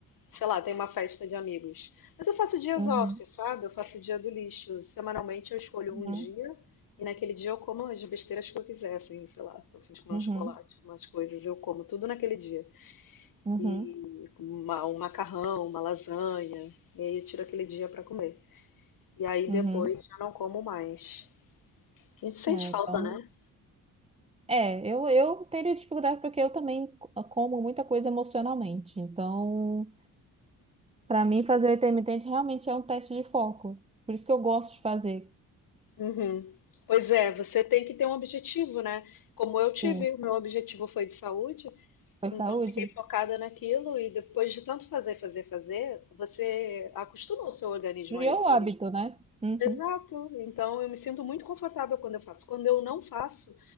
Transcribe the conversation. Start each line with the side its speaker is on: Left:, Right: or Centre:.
Left: sei lá, tem uma festa de amigos. Mas eu faço dias
Right: uhum,
Left: off, sabe? Eu faço o dia do lixo. Semanalmente eu escolho
Right: uhum,
Left: um dia e naquele dia eu como as besteiras que eu quiser, assim, sei lá, se eu fim de comer
Right: uhum,
Left: um chocolate, umas coisas, eu como tudo naquele dia.
Right: uhum,
Left: E uma- um macarrão, uma lasanha, e aí eu tiro aquele dia para comer. E aí depois
Right: uhum.
Left: já não como mais. A gente sente
Right: Ah,
Left: falta,
Right: então,
Left: né?
Right: é, eu, eu teria dificuldade porque eu também co- como muita coisa emocionalmente. Então, para mim, fazer o intermitente realmente é um teste de foco. Por isso que eu gosto de fazer.
Left: Uhum. Pois é, você tem que ter um objetivo, né? Como eu tive,
Right: Sim,
Left: o meu objetivo foi de saúde,
Right: foi
Left: então
Right: saúde.
Left: fiquei focada naquilo e depois de tanto fazer, fazer, fazer, você acostuma o seu organismo
Right: Criou
Left: a isso.
Right: o hábito, né? Uhum,
Left: Exato. Então eu me sinto muito confortável quando eu faço. Quando eu não faço,